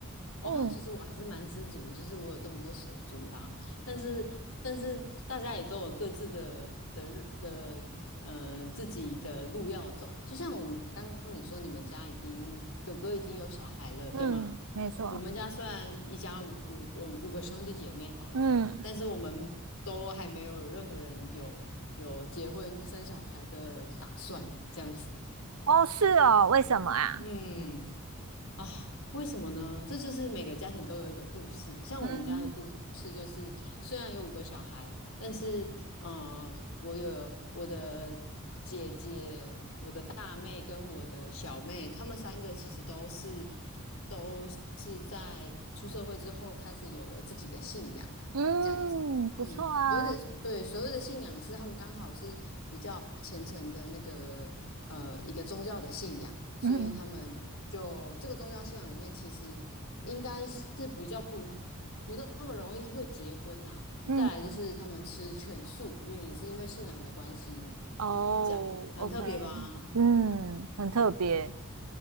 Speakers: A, on the left; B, on the right.
A: 哇，
B: 嗯
A: 其实我还是蛮知足，就是我有这么多手足啦。但是，但是大家也都有各自的的日的呃自己的路要走。就像我刚刚你说，你们家已经哥哥已经有小孩了，对吗？
B: 嗯，没错。
A: 我们家虽然一家五五嗯五个兄弟姐妹好了，
B: 嗯，
A: 但是我们都还没有任何人有有结婚生小孩的打算，这样子。
B: 哦，是哦，为什么啊？
A: 嗯。啊，为什么呢？这就是每个家庭都有一本故事。像我们家的故事就是，
B: 嗯
A: 虽然有五个小孩，但是呃，我有我的姐姐大妹跟我的小妹，她们三个其实都是都是在出社会之后开始有了自己的信仰，
B: 嗯，
A: 这样子。
B: 不错啊。
A: 嗯，所谓的对所谓的信仰是他们刚好是比较虔诚的那个呃一个宗教的信仰，所以他们就这个宗教信仰里面其实应该是比较不
B: 嗯
A: 不那么容易会结婚啦。
B: 嗯，
A: 再来就是他们吃全素，因为也是因为信仰的关系，
B: 哦，OK，
A: 这样很特别吧？
B: 嗯，很特别。